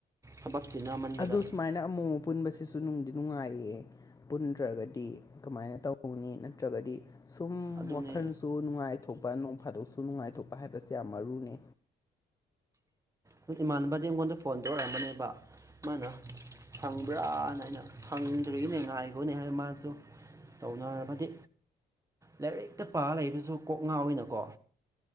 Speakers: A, on the right; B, on the left.
A: ꯊꯕꯛ ꯆꯤꯟꯅꯃꯟꯕꯗ
B: ꯑꯗꯣ ꯁꯨꯃꯥꯏꯅ ꯑꯃꯨꯣꯝ ꯑꯃ ꯄꯨꯟꯕꯁꯤꯁꯨ ꯅꯨꯡꯗꯤ ꯅꯨꯡꯉꯥꯏꯌꯦ ꯄꯨꯟꯗ꯭ꯔꯒꯗꯤ ꯀꯃꯥꯏꯅ ꯇꯧꯅꯤ ꯅꯠꯇ꯭ꯔꯒꯗꯤ ꯁꯨꯝ
A: ꯑꯗꯨꯅꯦ
B: ꯋꯥꯈꯜꯁꯨ ꯅꯨꯡꯉꯥꯏꯊꯣꯛꯄ ꯐꯥꯗꯣꯛꯁꯨ ꯅꯨꯡꯉꯥꯏꯊꯣꯛꯄ ꯍꯥꯏꯁꯦ ꯌꯥꯝ ꯃꯔꯨꯅꯤ
A: ꯍꯣꯏ ꯏꯃꯥꯟꯅꯕꯗꯤ ꯑꯩꯉꯣꯟꯗ ꯐꯣꯟ ꯇꯧꯔꯛꯑꯝꯕꯅꯦꯕ ꯃꯥꯅ ꯐꯪꯕ꯭ꯔꯥꯅ ꯍꯥꯏꯅ ꯐꯪꯗ꯭ꯔꯤꯒꯤꯅꯦ ꯉꯥꯏꯈꯣꯅꯦ ꯍꯥꯏꯕ ꯃꯥꯁꯨ ꯇꯧꯅꯔꯕꯗꯤ ꯂꯥꯏꯔꯤꯛꯇ ꯄꯥ ꯂꯩꯕꯁꯨ ꯀꯣꯛ ꯉꯥ ꯑꯣꯏꯅꯀꯣ